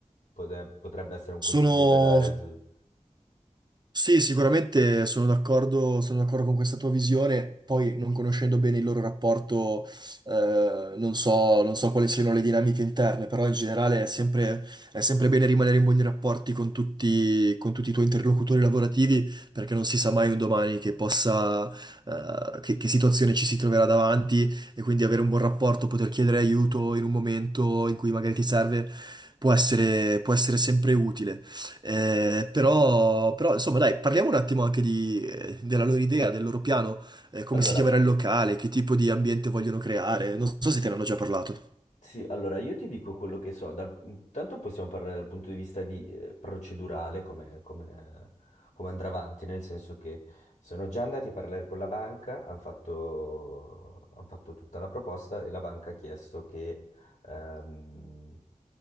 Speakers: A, on the left; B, on the right.
A: potre- potrebbe essere un
B: Sono
A: consiglio da dare a Giuso.
B: Sì, sicuramente sono d'accordo, sono d'accordo con questa tua visione, poi non conoscendo bene il loro rapporto, eh, non so, non so quali siano le dinamiche interne, però in generale è sempre, è sempre bene rimanere in buoni rapporti con tutti, con tutti i tuoi interlocutori lavorativi, perché non si sa mai un domani che possa, eh, che, che situazione ci si troverà davanti e quindi avere un buon rapporto, poter chiedere aiuto in un momento in cui magari ti serve, può essere, può essere sempre utile. Eh, però, però, insomma, dai, parliamo un attimo anche di- eh, della loro idea, del loro piano, eh, come
A: Allora,
B: si chiamerà il locale, che tipo di ambiente vogliono creare. Non so se te ne hanno già parlato.
A: sì, allora io ti dico quello che so. Dal, intanto possiamo parlare dal punto di vista di, eh, procedurale, come, come- come andrà avanti, nel senso che sono già andati a parlare con la banca, hanno fatto, han fatto tutta la proposta e la banca ha chiesto che ehm,